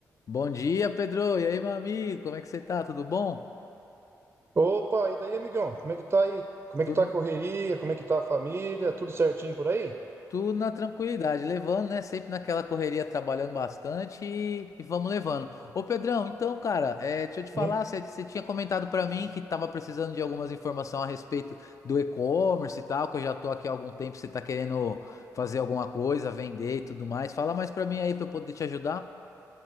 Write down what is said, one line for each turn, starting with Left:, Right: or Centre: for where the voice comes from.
Left: Bom dia, Pedro. E aí, meu amigo? Como é que você tá? Tudo bom?
Right: Opa, e daí, amigão? Como é que tá aí? Como é
Left: Tudo,
Right: que tá a correria? Como é que tá a família? Tudo certinho por aí?
Left: tudo na tranquilidade, levando, né? Sempre naquela correria, trabalhando bastante e, e vamos levando. Ô, Pedrão, então, cara, é, deixa eu te falar,
Right: Hum?
Left: você, você tinha comentado pra mim que tava precisando de algumas informações a respeito do e-commerce e tal, que eu já tô aqui há algum tempo, você tá querendo fazer alguma coisa, vender e tudo mais. Fala mais pra mim aí pra eu poder te ajudar.